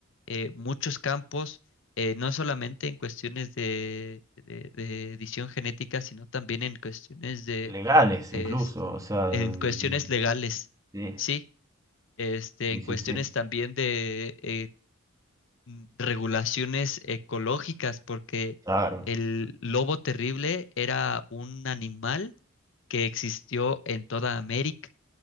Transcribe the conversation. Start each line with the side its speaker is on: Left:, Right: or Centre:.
Left: eh, muchos campos, eh, no solamente en cuestiones de, de- de edición genética, sino también en cuestiones de,
Right: Legales
Left: es-
Right: incluso, o sea, mm,
Left: en cuestiones legales,
Right: sí,
Left: sí, este,
Right: sí,
Left: en
Right: sí,
Left: cuestiones
Right: sí.
Left: también de eh, mm, regulaciones ecológicas, porque
Right: Claro,
Left: el lobo terrible era un animal que existió en toda América